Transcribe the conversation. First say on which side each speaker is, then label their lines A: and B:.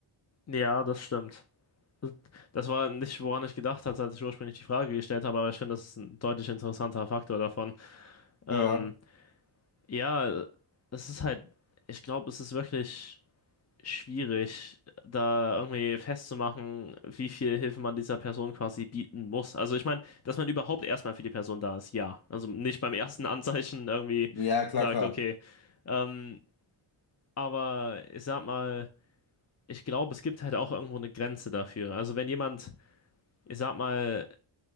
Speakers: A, on the left (about 35°); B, on the left (about 50°).
A: Ja, das stimmt. Das war nicht, woran ich gedacht hatte, als ich ursprünglich die Frage gestellt habe, aber ich finde, das ist ein deutlich interessanter Faktor davon. Ähm,
B: Ja,
A: ja, das ist halt, ich glaube, es ist wirklich schwierig, da irgendwie festzumachen, wie viel Hilfe man dieser Person quasi bieten muss. Also ich meine, dass man überhaupt erstmal für die Person da ist, ja. Also nicht beim ersten Anzeichen irgendwie
B: ja, klar,
A: sagt,
B: klar.
A: okay. Ähm, aber ich sag mal, ich glaube, es gibt halt auch irgendwo eine Grenze dafür. Also wenn jemand, ich sag mal,